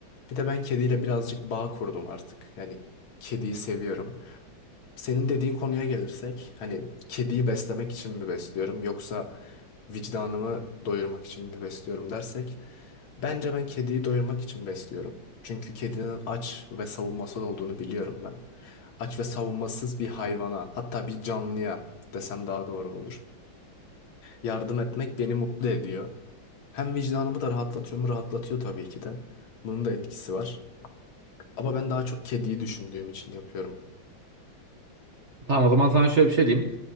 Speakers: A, on the left; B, on the right.
A: Bir de ben kediyle birazcık bağ kurdum artık. Yani kediyi seviyorum. Senin dediğin konuya gelirsek, hani kediyi beslemek için mi besliyorum yoksa vicdanımı doyurmak için mi besliyorum dersek, bence ben kediyi doyurmak için besliyorum. Çünkü kedinin aç ve savunmasız olduğunu biliyorum ben. Aç ve savunmasız bir hayvana, hatta bir canlıya desem daha doğru olur. Yardım etmek beni mutlu ediyor. Hem vicdanımı da rahatlatıyor mu? Rahatlatıyor tabii ki de. Bunun da etkisi var. Ama ben daha çok kediyi düşündüğüm için yapıyorum.
B: Tamam o zaman sana şöyle bir şey diyeyim.